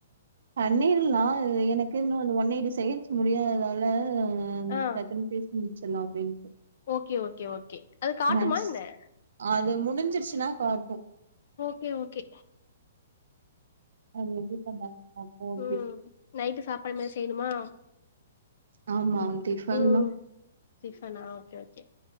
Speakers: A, on the right; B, on the left.
A: பண்ணீர்ல்லா எனக்கு இன்னு அந்த ஒன் எயிட்டி செகண்ட்ஸ் முடியாததால அ
B: ஆ
A: டக்குனு பேசி முடிச்சற்லா அப்டின்ட்டு
B: ஓகே ஓகே ஓகே அது காட்டுமா
A: மேக்ஸ்
B: என்ன
A: அது முடிஞ்சுருச்சுனா காட்டு
B: ஓகே ஓகே
A: அது இது பண்ணாங்க அப்போதி
B: ம் நைட்டு சாப்பாடு இனிமே செய்யணுமா
A: ஆமா டிஃபன்
B: ம்
A: தா
B: டிஃபனா ஓகே ஓகே